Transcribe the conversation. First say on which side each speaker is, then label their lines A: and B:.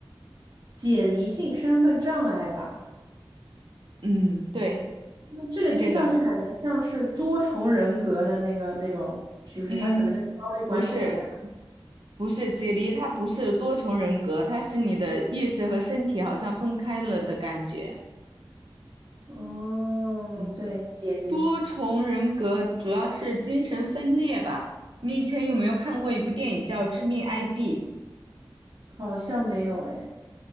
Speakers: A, on the right; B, on the right.
A: 解离性身份障碍吧。
B: 嗯，对，
A: 那这个听上去感觉像是多重人格的那个那种趋势，
B: 是这个。嗯，
A: 它可能跟焦虑关系不大。
B: 不是，不是解离，它不是多重人格，它是你的意识和身体好像分开了的感觉。
A: 哦，
B: 嗯，
A: 对，解离
B: 多重人格主要是精神分裂吧。你以前有没有看过一部电影叫《致命 ID》？
A: 好像没有哎。